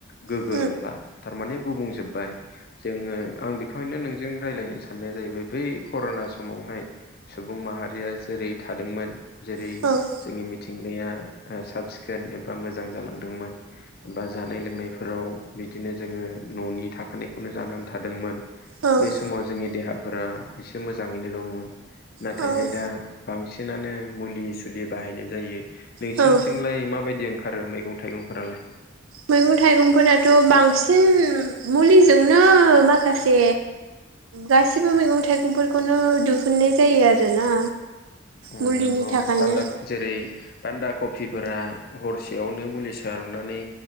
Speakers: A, on the left; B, on the right.
A: गोगो
B: औ
A: नंला थारमाने गुबुंजोबबाय जोङो आं बेखौ नोंजों रायज्लायनो साननाया जाहैबाय बै कर'ना समावहाय सुबुं माहारिया जेरै थादोंमोन जेरै
B: औ
A: जोंनि मिथिंगाया ओ साब सिखोन एबा मोजां जालांदोंमोन। बा जानाय लोंनायफोराव बिदिनो जोङो न'नि थाखानायखौनो जानानै थादोंमोन।
B: औ
A: बे समाव जोंनि देहाफोरा एसे मोजाङैनो दंमोन। नाथायहाय
B: औ
A: दा बांसिनानो मुलि सुलि बाहायनाय जायो। नोंसिनिथिंलाय
B: औ
A: माबायदि ओंखारो मैगं थाइगंफोरालाय
B: मैगं थाइगंफोराथ' बांसिन मुलिजोंनो माखासे गाससिबो मैगं थाइगंफोरखौनो दिहुननाय जायो आरोना।
A: उम
B: मुलिनि
A: नंगौ
B: थाखायनो
A: बान्दा जेरै बान्दा कबिफोरा हरसेयावनो मुलि सारनानै